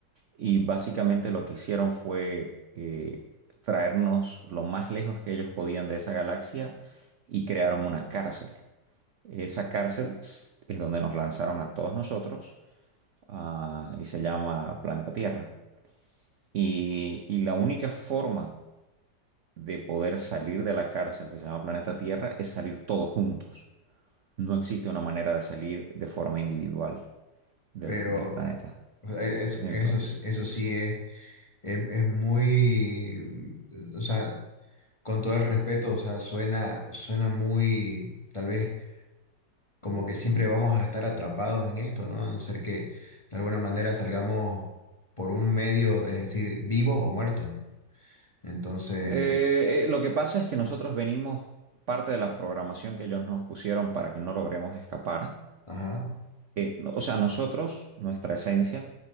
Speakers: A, on the right; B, on the left.
A: Y básicamente lo que hicieron fue eh, traernos lo más lejos que ellos podían de esa galaxia y crearon una cárcel. Esa cárcel s- es donde nos lanzaron a todos nosotros ah, y se llama Planeta Tierra. Y, y la única forma de poder salir de la cárcel que se llama Planeta Tierra es salir todos juntos. No existe una manera de salir de forma individual del,
B: pero
A: del planeta.
B: o sea, e- eso,
A: Entonces,
B: eso, sí- eso sí es, es, es muy, o sea, con todo el respeto, o sea, suena, suena muy, tal vez como que siempre vamos a estar atrapados en esto, ¿no? A no ser que de alguna manera salgamos por un medio, es decir, vivos o muertos, ¿no? Entonces,
A: Eh, eh, lo que pasa es que nosotros venimos, parte de la programación que ellos nos pusieron para que no logremos escapar,
B: ajá,
A: eh, no- o sea, nosotros, nuestra esencia,